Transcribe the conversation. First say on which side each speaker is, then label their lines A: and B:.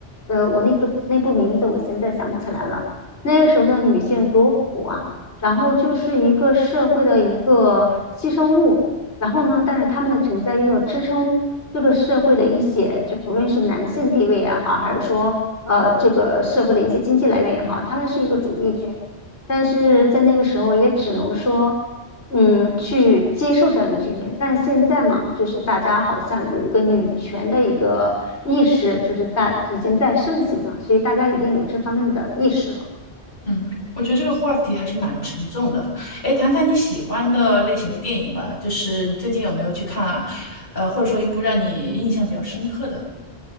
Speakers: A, on the left; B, on the left.
A: 呃我那个那部名字我现在想不起来了。那时候的女性多苦啊，然后就是一个社会的一个牺牲物，然后呢，但是她们的存在又要支撑这个社会的一些，就不论是男性地位也好，还是说呃这个社会的一些经济来源也好，他们是一个主力军，但是在那个时候也只能说，嗯，去接受这样一个局面。但是现在嘛，就是大家好像有一个女权的一个意识，就是在已经在盛行了，所以大家已经有这方面的意识了。
B: 嗯，我觉得这个话题还是蛮沉重的。哎，谈谈你喜欢的类型的电影吧，就是你最近有没有去看啊？呃，或者说一部让你印象比较深刻的？